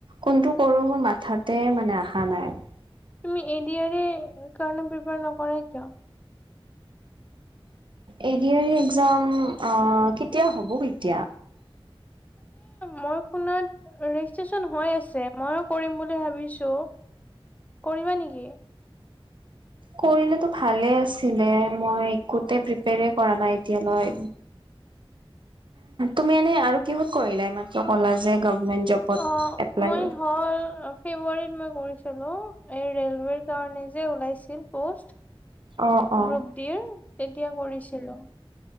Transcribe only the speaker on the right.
কোনটো কৰো মোৰ মাথাতে মানে আহা নাই।
A D R E exam কেতিয়া, হ'ব কেতিয়া?
কৰিলেটো ভালে আছিলে, মই একোতে প্ৰিপেৰে কৰা নাই এতিয়ালৈ। তুমি এনে আৰু কিহত কৰিলা এই মাত্ৰ ক'লা যে গভমেন্ট জবত
এপ্লাই
কৰিলা?
অ', অ',